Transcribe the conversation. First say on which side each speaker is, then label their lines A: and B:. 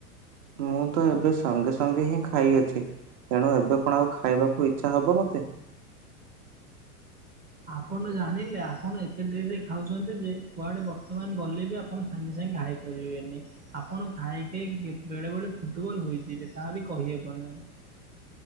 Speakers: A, on the right; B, on the right.
A: ମୁଁ ତ ଏବେ ସଙ୍ଗେ ସଙ୍ଗେ ହିଁ ଖାଇଅଛି। ତେଣୁ ଏବେ କଣ ଆଉ ଖାଇବାକୁ ଇଚ୍ଛା ହବ ମତେ
B: ଆପଣ ଜାଣିଲେ ଆପଣ ଏତେ ଡେରିରେ ଖାଉଛନ୍ତି ଯେ କୁଆଡେ ବର୍ତ୍ତମାନ ଗଲେ ବି ଆପଣ ସାଙ୍ଗେ ସାଙ୍ଗେ ଖାଇପାରିବେନି ଆପଣ ଖାଇକି କି ବେଳେ ବେଳେ ଫୁଟବଲ୍ ହୋଇଯିବେ ତାହା ବି କହିହେବନି। ହା।